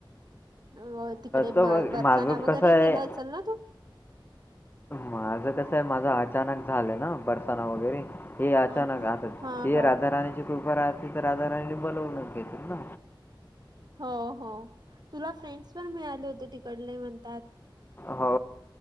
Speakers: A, on the right; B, on the left.
A: अ तिकडे
B: तर
A: बर
B: बघ
A: बरसाना
B: माझं
A: वगैरेही
B: कसं आहे
A: केलं असेल ना तू?
B: माझं कसं आहे माझं अचानक झालंय ना, बरसाना वगैरे. हे अचानक
A: हा हा
B: आता
A: हा
B: ते
A: हा
B: राधा राणीचे कृपा राहते. तर राधाराणी बोलवूनच घेतेत न,
A: हो हो, तुला फ्रेंड्स पण मिळाले होते तिकडले म्हणतात.
B: हो